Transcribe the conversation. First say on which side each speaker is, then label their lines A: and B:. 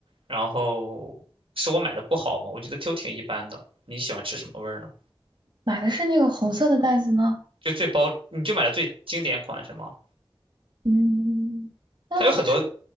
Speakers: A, on the right (about 70°); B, on the right (about 55°).
A: 然后是我买的不好嘛，我觉得都挺一般的。你喜欢吃什么味儿呢？
B: 买的是那个红色的袋子吗？
A: 就最包，你就买了最经典款是吗？
B: 嗯，啊，
A: 它有很多
B: 是，